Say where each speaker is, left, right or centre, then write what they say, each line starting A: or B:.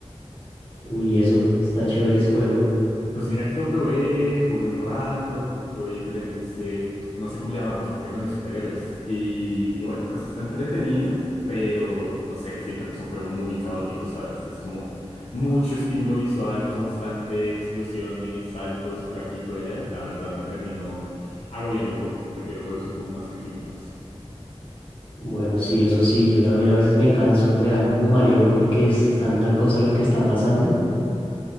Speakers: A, on the left; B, on the left.
A: Uy, eso, está chévere ese juego.
B: Pues mira que lo probé, jugué un rato, probé diferentes, eh, no sé cómo llamarlo, campeones, superhéroes. Y, y bueno, pues está entretenido, pero no sé, siento que es un juego muy caótico, ¿sabes? Es como mucho estímulo visual, constante, explosiones, saltos por aquí y por allá. La verdad me terminó agobiando un poco. Prefiero juegos un poco más tranquilitos.
A: Bueno, sí, eso sí, yo también a veces me canso, me da como mareo porque es tanta cosa lo que está pasando